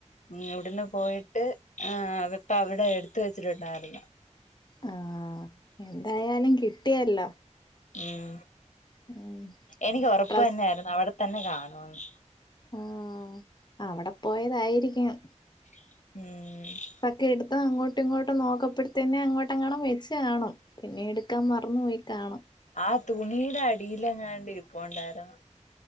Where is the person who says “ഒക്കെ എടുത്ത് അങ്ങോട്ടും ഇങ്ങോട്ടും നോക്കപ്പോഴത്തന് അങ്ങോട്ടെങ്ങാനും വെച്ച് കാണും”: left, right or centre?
Left